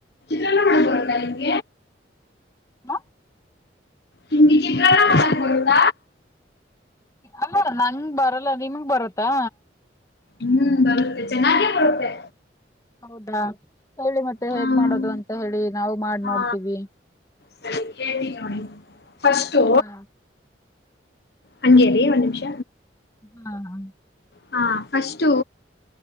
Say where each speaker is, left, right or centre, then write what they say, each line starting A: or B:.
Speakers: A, on the left; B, on the left.
A: ಲ್ಲ ಮಳಕರಂದಾ ಇಗ
B: ಹಾ
A: ಹ ಚಿ ಪ್ರಣಾಮ ನಕದ
B: ಅಲ್ಲ ನಂಗೆ ಬರಲ್ಲ ನಿಮಗ್ ಬರತ್ತಾ
A: ಹೂ ಬರುತ್ತೆ ಚೆನ್ನಾಗೇ ಬರುತ್ತೆ
B: ಹೌದಾ ಹೇಳಿ ಮತ್ತೆ ಹೇಗ್
A: ಹ್ಮ್
B: ಮಾಡೋದು ಅಂತ ಹೇಳಿ ನಾವು ಮಾಡ್
A: ಹಾ
B: ನೋಡ್ತೀವಿ
A: ಸರಿ ಹೇಳ್ತೀನಿ ನೋಡಿ ಫಸ್ಟು
B: ಹಾ
A: ಹಂಗೇರಿ ಒಂದ್ ನಿಮಿಷ
B: ಹಾ ಹ
A: ಹಾ ಫಸ್ಟು